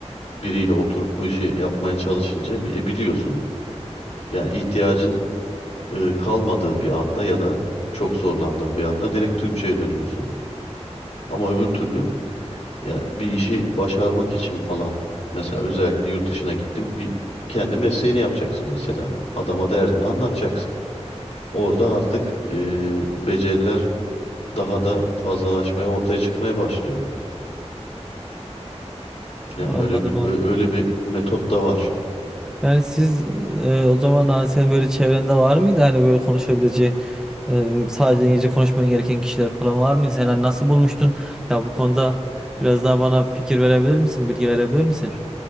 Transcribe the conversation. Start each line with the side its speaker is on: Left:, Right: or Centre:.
Left: biriyle oturup bu işi yapmaya çalışınca e, biliyorsun. Yani ihtiyacın e, kalmadığı bir anda ya da çok zorlandığın bir anda direkt Türkçe'ye dönüyorsun. Ama öbür türlü Ya bir işi başarmak için falan. Mesela özellikle yurt dışına gittim. Bir kendi mesleğini yapacaksın mesela. Adama derdini anlatacaksın. Orada artık e, beceriler daha da fazlalaşmaya, ortaya çıkmaya başlıyor. Yani
Centre: Anladım
Left: öyle bir
Centre: abi.
Left: ö- öyle bir metot da var.
Centre: Yani siz e, o zaman hani senin böyle çevrende var mıydı hani böyle konuşabileceğin e, sadece İngilizce konuşman gereken kişiler falan var mıydı? Sen hani nasıl bulmuştun? Ya bu konuda biraz daha bana fikir verebilir misin? Bilgi verebilir misin?